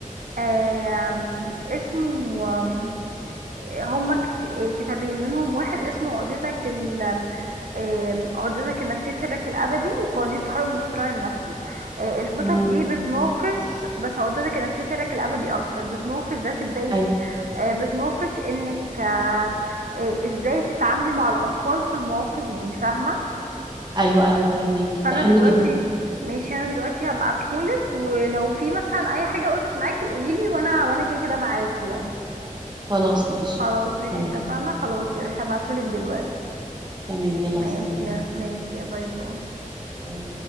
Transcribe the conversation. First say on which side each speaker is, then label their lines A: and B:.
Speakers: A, on the right; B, on the right.
A: آم، اسمه آم، هما كت- كتابين منهم واحد اسمه عقدتك آم، عقدتك النفسية سرك الأبدي وقوانين تحرر من الصراع النفسي آه، الكتب
B: مم.
A: دي بتناقش بس عقدتك النفسية سرك الأبدي أكتر بتناقش ده تبدأي بيه
B: ايوه
A: آه، بتناقش إنك آه، آه، إزاي تتعاملي مع الأطفال في المواقف دي فاهمة
B: ايوه ايوه فهمك
A: فأنا
B: ده حلو
A: دلوقتي
B: جدا
A: ماشي أنا دلوقتي هبعتهولك ولو في مثلا أي حاجة وقفت معاكي قوليلي وأنا وأنا كده كده معاكي يعني
B: خلاص ماشي
A: خلاص ماشي
B: تمام
A: اتفقنا خلاص يا روحي هبعتهولك دلوقتي
B: تمام يلا
A: ماشي
B: هستناك
A: يا- ماشي يا باي باي
B: أوه.